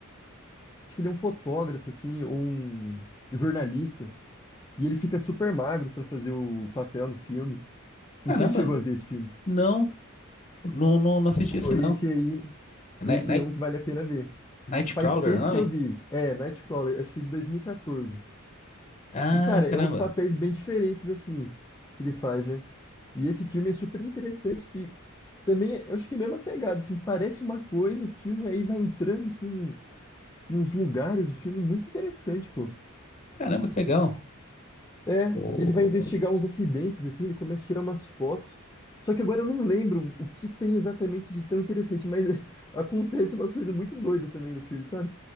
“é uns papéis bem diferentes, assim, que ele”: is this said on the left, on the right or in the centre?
Left